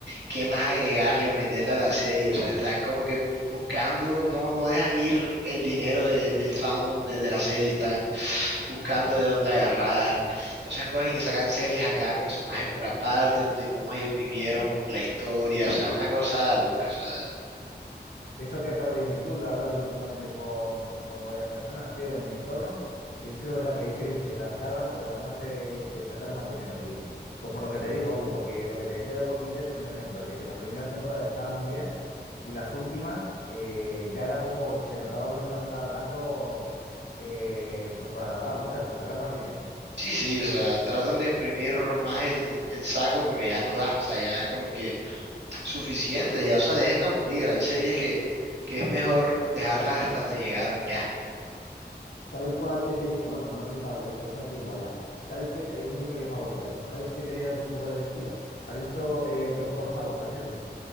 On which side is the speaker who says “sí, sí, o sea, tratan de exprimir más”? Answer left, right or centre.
Right